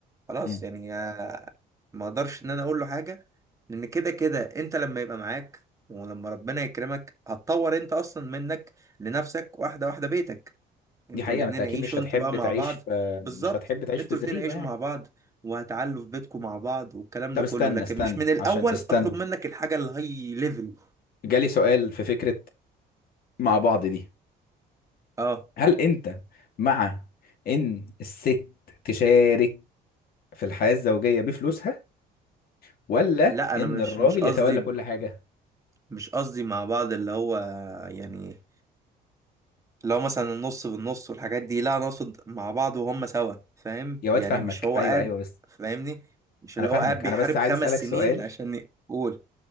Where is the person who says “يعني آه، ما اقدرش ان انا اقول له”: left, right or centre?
Right